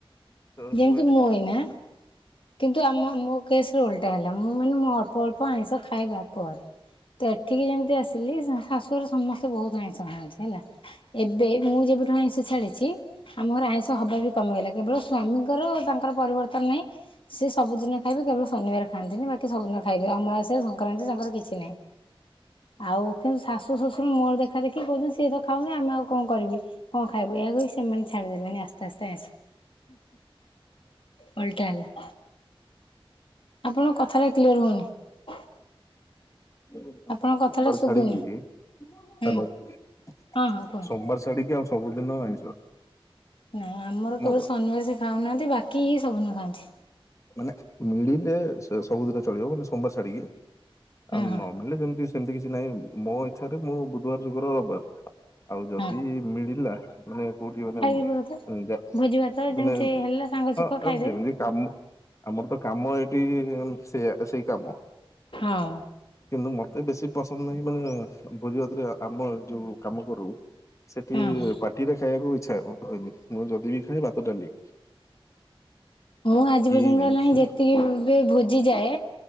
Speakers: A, on the left; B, on the left.
A: <unintelligible>
B: ଯେମିତି ମୁଁ ଏଇନା କିନ୍ତୁ ଆମ ମୋ କେସରେ ଓଲଟା ହେଲା ମୁଁ ମାନେ ଅଳ୍ପ ଅଳ୍ପ ଆଇଁଷ ଖାଇବା ପରେ। ତ ଏଠିକି ଯେମିତି ଆସିଲି ଶାଶୁଘର ସମସ୍ତେ ବହୁତ ଆଇଁଷ ଖାଆନ୍ତି, ହେଲା, ଏବେ ମୁଁ ଯେବେ ଆଇଁଷ ଛାଡିଛି, ଆମର ଆଇଁଷ ହବା ବି କମିଗଲା କେବଳ ସ୍ୱାମୀ ତାଙ୍କ ତାଙ୍କର ପରିବର୍ତ୍ତନ ନାହିଁ। ସେ ସବୁଦିନ ଖାଇବେ, କେବଳ ଶନିବାର ଖାଆନ୍ତିନି, ବାକି ସବୁଦିନ ଖାଇବେ, ଅମାବାସ୍ୟା ସଂକ୍ରାନ୍ତି ତାଙ୍କର କିଛି ନାହିଁ। ଆଉ କିନ୍ତୁ ଶାଶୁ ଶ୍ୱଶୁର ମୋର ଦେଖା ଦେଖି କହୁଛନ୍ତି ସିଏ ତ ଖାଉନି, ଆମେ ଆଉ କଣ କରିବି। କଣ ଖାଇବୁ ଏଇଆକୁ ସେମାନେ ଛାଡିଦେଲେଣି ଆସ୍ତେ ଆସ୍ତେ ଆଇଂସ। ଓଳଟା ହେଲା। ଆପଣଙ୍କ କଥାଟା କ୍ଲିୟର ହଉନି।
A: <unintelligible>
B: ଆପଣଙ୍କ କଥାଟା ଶୁଭୁନି ହୁଁ ହଁ ହଁ କୁହନ୍ତୁ
A: ସୋମବାର ଛାଡିକି ଆଉ ସବୁଦିନ ଆଇଁଷ।
B: ନା ଆମର
A: ମୋର
B: କେବଳ ଶନିବାର ସେ ଖାଉନାହାନ୍ତି ବାକି ଇ ସବୁଦିନ ଖାଆନ୍ତି।
A: ମାନେ ମିଳିଲେ ସେ ସବୁଦିନ ଚଳିବ, ମାନେ ସୋମବାର ଛାଡିକି,
B: ହଁ
A: ଆଉ ନ
B: ହଁ
A: ମିଳିଲେ ସେମତି। ସେମିତି କିଛି ନାହିଁ ମୋ ଇଚ୍ଛାରେ, ମୁଁ ବୁଧବାର ଯୁଗର ରବିବାର ଆଉ ଯଦି
B: ହଁ
A: ମିଳିଲା। ମାନେ କୋଉଠି ମାନେ
B: ଖାଇଦେବେ ବୋଧେ ଭୋଜି ଭାତ
A: ମାନେ
B: ଯେମିତି ହେଲା ସାଙ୍ଗ
A: ହଁ
B: ସୁଖ ଖାଇଦେବେ
A: ଯେମିତି କାମ ଆମର ତ କାମ ଏଇଠି ସେଆ ସେଇ କାମ।
B: ଆଉ
A: କିନ୍ତୁ ମତେ ବେଶୀ ପସନ୍ଦ ନାହିଁ ମାନେ ଭୋଜି ଭାତରେ ଆମ ଯୋଉ କାମ କରୁ ସେଠି
B: ହଁ ହଁ।
A: ପାଟିରେ ଖାଇବାକୁ ଆଛା ମୁଁ ଯଦି ବି ଖାଏ ଭାତ ଡାଲି।
B: ହଁ ଆଜି
A: କି
B: ପର୍ଯ୍ୟନ୍ତ
A: ହୁଁ
B: ହେଲାଣି ଯେତିକି ବି ଭୋଜିଯାଏ